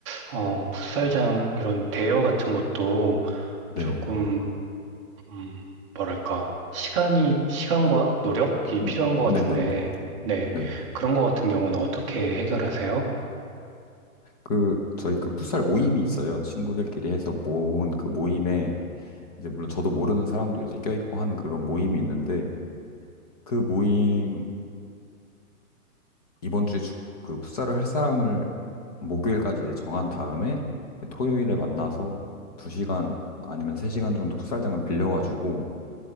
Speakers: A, on the right; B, on the left.
A: 어, 풋살장 이런 대여 같은 것도 조금
B: 네.
A: 음, 뭐랄까 시간이 시간과 노력이
B: 음,
A: 필요한 것
B: 네네네.
A: 같은데 네.
B: 네.
A: 그런 것 같은 경우는 어떻게 해결하세요?
B: 그 저희 그 풋살 모임이 있어요. 친구들끼리 해서 모은 그 모임에 이제 물론 저도 모르는 사람도 이제 껴있고 한 그런 모임이 있는데 그 모임 이번 주에 축- 그 풋살을 할 사람을 목요일까지 이제 정한 다음에 토요일에 만나서 2시간 아니면 3시간 정도 풋살장을 빌려가지고